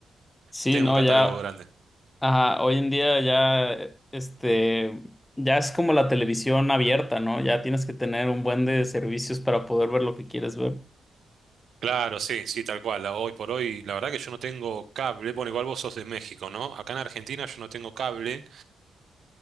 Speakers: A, on the left; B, on the right.
A: Sí,
B: Tengo
A: no,
B: un catálogo
A: ya.
B: grande.
A: Ajá, hoy en día ya, eh, este, ya es como la televisión abierta, ¿no? Ya tienes que tener un buen de servicios para poder ver lo que quieres ver.
B: Claro, sí, sí, tal cual. la- Hoy por hoy, la verdad que yo no tengo cable. Bueno, igual vos sos de México, ¿no? Acá en Argentina yo no tengo cable.